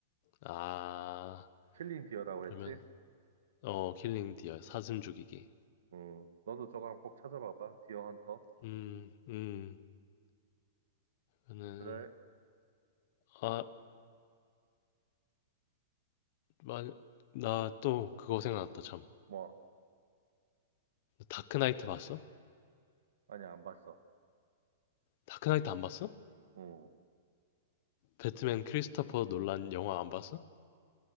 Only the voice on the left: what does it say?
아,
그러면
어, 킬링 디어 사슴 죽이기.
음, 음, 저는
아, 만, 나 또 그거 생각났다, 참.
다크나이트 봤어?
다크나이트 안 봤어?
배트맨 크리스토퍼 놀란 영화 안 봤어?